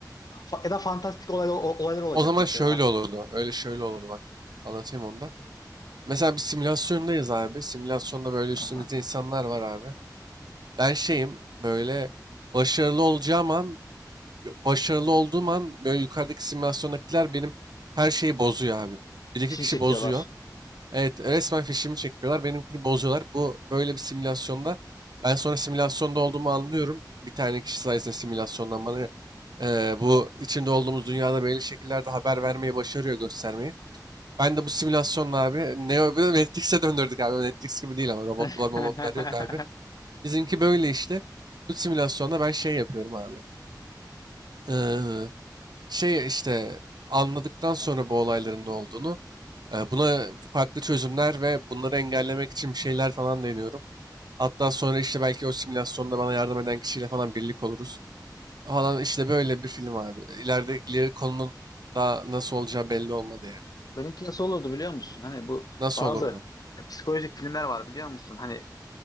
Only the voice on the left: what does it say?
fa- ya da fantastik olaylar, olaylar olacak
mesela.
Aha.
Şimdi
çekiyorlar.
<laughs>
Benimki nasıl olurdu biliyor musun? Hani bu
bazı
psikolojik filmler var biliyor musun? Hani